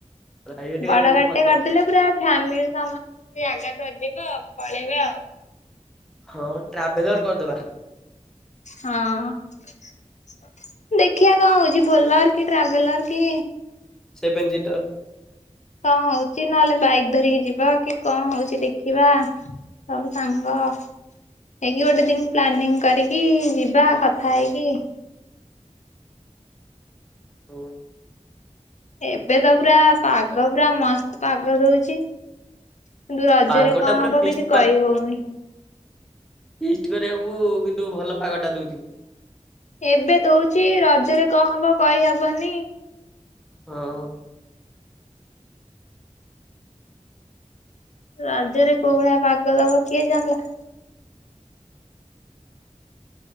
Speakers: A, in the centre; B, on the left.
A: ପ୍ରାଇଭେଟ
B: ବଡ଼
A: ଗାଡି ଗୋଟେ
B: ଗାଡ୍
A: କରିଦବା
B: ଟେ କର ଦେଲେ ପୁରା ଫ୍ୟାମିଲି ସମସ୍ତ ଜାଗା ଧରିିଯିବ ପଳେଇବା ଆଉ।
A: ହଉ ଟ୍ରାଭେଲର କର୍ ଦବା।
B: ହଁ ଦେଖିବା କଣ ହଉଚି ବୋଲ ର୍ କି ଟ୍ରାଭେଲର କି
A: ସେଭେନ ଜିଟର।
B: କଣ ହଉଚି ନହେଲେ ବାଇକ୍ ଧରିକି ଯିବା କି କଣ ହଉଚି ଦେଖିବା। ସବୁ ସାଙ୍ଗ ହେଇକି ଗୋଟେ ଦିନ ପ୍ଲାନିଂ କରିକି ଯିବା କଥା ହେଇକି।
A: ହଉ।
B: ଏବେ ତ ପୁରା ପାଗ ପୁରା ମସ୍ତ ପାଗ ଦଉଛି। କିନ୍ତୁ ରଜରେ
A: ପାଗଟା
B: କଣ
A: ପୁରା
B: ହବ
A: ଫିଷ୍ଟ
B: କିଛି କହିହଉନି।
A: ଫିଷ୍ଟ୍ କରିବାକୁ କିନ୍ତୁ ଭଲ ପାଗଟା ଦେଉଛି।
B: ଏବେ ଦଉଛି ରଜରେ କଣ ହବ କହିହବନି,
A: ହଁ।
B: ରଜରେ କୋଉ ଭଳିଆ ପାଗ ଦବ କିଏ ଜାଣିଲା।